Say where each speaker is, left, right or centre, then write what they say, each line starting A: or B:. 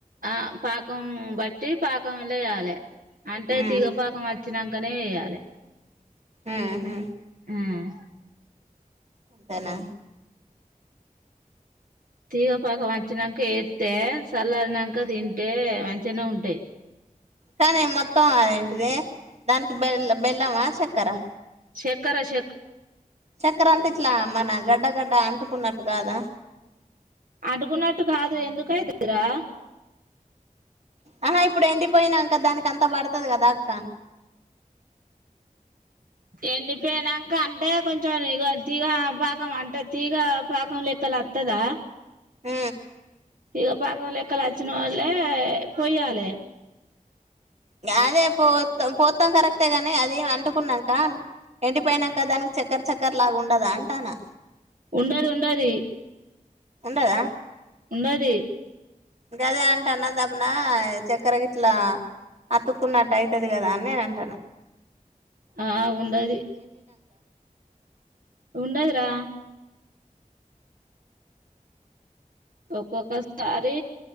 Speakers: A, on the right; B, on the right.
A: ఆ పాకం బట్టి పాకంలేయాలి అంటే
B: ఉమ్
A: తీగపాకం అచ్చినాంకనే ఎయ్యాలి
B: ఊహు
A: మ్
B: అంతేనా
A: తీగపాకం వచ్చినాంక ఎత్తే చల్లారనాంక తింటే మంచిగానే ఉంటాయి
B: కానీ మొత్తం ఏంటిది దానికి బెల్ బెల్లమా చక్కరా
A: చక్కరా శక్కరా
B: చక్కర అంతా ఇట్లా మన గడ్డ గడ్డ అంటుకున్నట్టు గాదా
A: అంటుకున్నట్టు కాదు ఎందుకయితదిరా
B: ఆహా ఇప్పుడు ఎండిపోయినాక దానికి అంతా పడుతాది కదా అక్క
A: ఎండిపోయినాంక అంటే కొంచెం ఇగ తీగ పాకం అంటే తీగ పాకం లెక్కలు వత్తదా
B: ఊ
A: తీగపాకం లెక్కలోచ్చిన వాల్లే పోయ్యాలి
B: అదే పోాత పోతాం కరెక్టేగానీ అది అంట కున్నాంక ఎండిపోయినాక దానికి చ చక్కర్ చక్కర్ లాగా ఉండదా అంటానా
A: ఉండది ఉండది
B: ఉండదా
A: ఉండది
B: గదే అంటాన్నా దబన చక్కెరకి ఇట్లా అతుక్కున్నట్టు అయితది కదా అని నేను అంటాన్న
A: ఆ ఉండది ఉండదు రా ఒక్కొక్కసారి